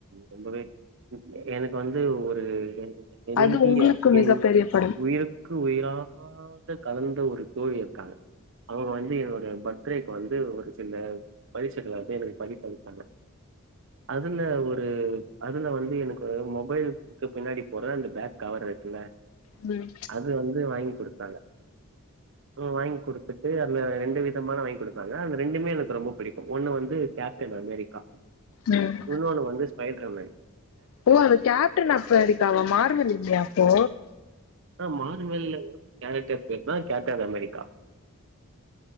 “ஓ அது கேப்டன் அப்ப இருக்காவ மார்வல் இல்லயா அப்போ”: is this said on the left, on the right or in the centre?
Left